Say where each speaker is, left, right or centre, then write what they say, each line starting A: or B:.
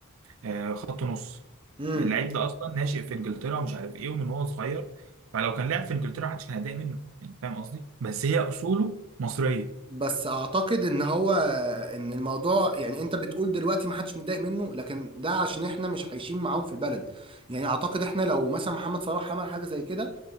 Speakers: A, on the right; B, on the right.
A: آه، خط نص
B: امم
A: اللعيب ده اصلا ناشئ في انجلترا ومش عارف ايه ومن هو صغير فلو كان لعب في انجلترا محدش كان هيتضايق منه انت فاهم قصدي بس هي اصوله مصريه
B: بس اعتقد ان هو ان الموضوع يعني انت بتقول دلوقتي ما حدش متضايق منه لكن ده عشان احنا مش عايشين معاهم في البلد يعني اعتقد احنا لو مثلا محمد صلاح عمل حاجه زي كده